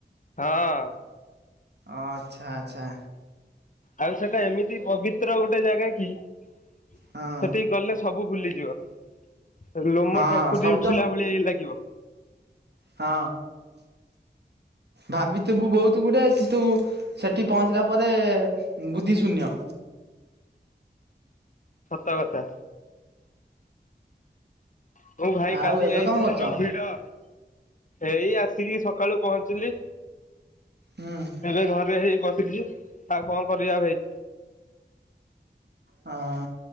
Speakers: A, on the left; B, on the right.
A: ହଁ
B: ଆଚ୍ଛା ଆଚ୍ଛା
A: ଆଉ ସେଟା ଏମିତି ପବିତ୍ର ଗୋଟେ ଜାଗା କି ସେଠିକି
B: ହଁ
A: ଗଲେ ସବୁ ଭୁଲିଯିବ ଲୋମ
B: ହଁ
A: ଟାଙ୍କୁରି
B: ସବୁ
A: ଉଠିଲା
B: ତ
A: ଭଳିଆ ଏଇ ଲାଗିବ।
B: ହଁ ଭାବିଥିବୁ ବହୁତ ଗୁଡାଏ କିନ୍ତୁ ସେଠି ପହଞ୍ଚିଲା ପରେ ବୁଦ୍ଧି ଶୂନ୍ୟ।
A: ସତ କଥା। ହଉ ଭାଇ
B: ଆଉ
A: କାଲି
B: ଏବେ
A: ଯାଇଥିଲି
B: କଣ କରୁଛ?
A: ଯୋଉ ଭିଡ଼। ଏଇ ଆସିକି ସକାଳୁ ପହଞ୍ଚିଲି।
B: ହଁ
A: ଏବେ ଘରେ ହେଇ ବସିଛି ଆଉ କଣ କରିବା ଭାଇ।
B: ହଁ